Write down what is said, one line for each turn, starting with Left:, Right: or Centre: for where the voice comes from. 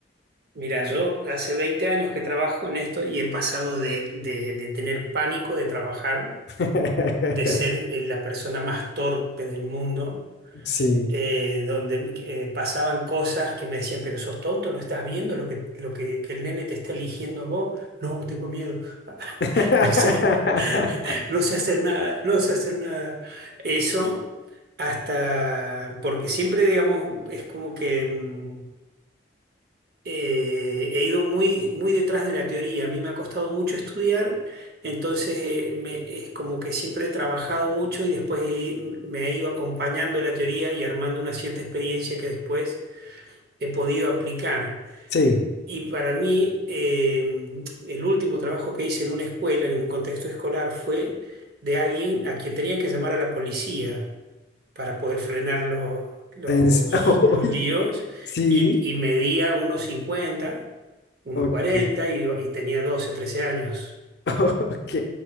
Right: Mira, yo hace veinte años que trabajo en esto y he pasado de, de de tener pánico de trabajar
Left: <laughs>
Right: de ser eh, la persona más torpe del mundo,
Left: Sí.
Right: eh, donde eh, pasaban cosas que me decían, pero sos tonto, no estás viendo lo que, lo que, que el nene te está eligiendo a vos. No, tengo miedo. <laughs>
Left: <laughs>
Right: O sea, <laughs> no sé hacer nada, no sé hacer nada. Eso hasta, porque siempre, digamos, es como que... mm, eh, he ido muy, muy detrás de la teoría. A mí me ha costado mucho estudiar, entonces eh, me- es como que siempre he trabajado mucho y después he- me he ido acompañando la teoría y armando una cierta experiencia que después he podido aplicar.
Left: Sí.
Right: Y para mí, eh, el último trabajo que hice en una escuela, en un contexto escolar, fue de alguien a quien tenían que llamar a la policía para poder frenar los, los,
Left: En s- <laughs>
Right: los
Left: Uy,
Right: líos
Left: sí.
Right: y, y medía 1,50, 1,40
Left: Ok.
Right: y, y tenía 12 13 años.
Left: <laughs> Ok.